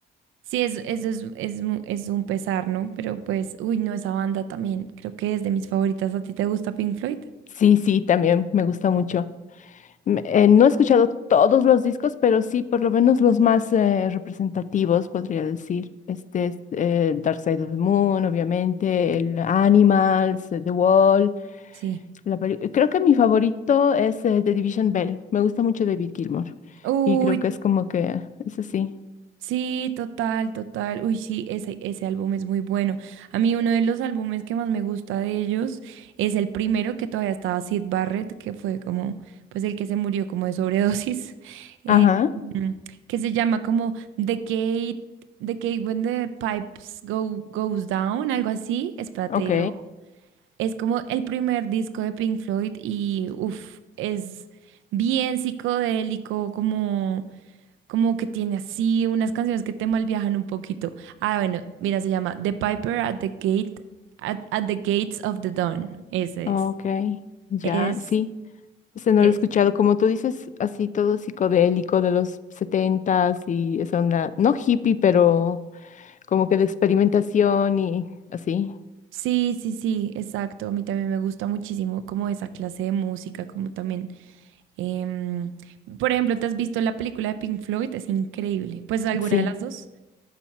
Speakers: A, on the right (about 85°); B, on the left (about 40°).
A: Sí, eso, eso es, es, mu- es un pesar, ¿no? Pero pues, uy, no, esa banda también creo que es de mis favoritas. ¿A ti te gusta Pink Floyd?
B: Sí, sí, también me gusta mucho. M- eh, no he escuchado todos los discos, pero sí por lo menos los más eh, representativos, podría decir. Este es eh, Dark Side of the Moon, obviamente, el Animals, eh, The Wall.
A: Sí.
B: la peli- creo que mi favorito es eh, The Division Bell. Me gusta mucho David Gilmour.
A: Uy,
B: Y creo que es como que, es así.
A: Sí, total, total. Uy, sí, ese, ese álbum es muy bueno. A mí uno de los álbumes que más me gusta de ellos es el primero que todavía estaba Sid Barrett, que fue como, pues el que se murió como de sobredosis, <laughs> eh,
B: Ajá,
A: mm, que se llama como The Gate, The Decade When the Pipes Go, Goes Down, algo así. Espérate,
B: ok,
A: y lo, es como el primer disco de Pink Floyd y, uff, es bien psicodélico, como... Como que tiene así unas canciones que te malviajan un poquito. Ah, bueno, mira, se llama The Piper at the Gate, at, at the Gates of the Dawn. Ese
B: ok,
A: es.
B: ya,
A: Es,
B: sí. Este no
A: es.
B: lo he escuchado, como tú dices, así todo psicodélico de los setentas y esa onda, no hippie, pero como que de experimentación y así.
A: Sí, sí, sí, exacto. A mí también me gusta muchísimo como esa clase de música, como también. em, por ejemplo, ¿te has visto la película de Pink Floyd? Es increíble. Pues alguna
B: Sí,
A: de las dos.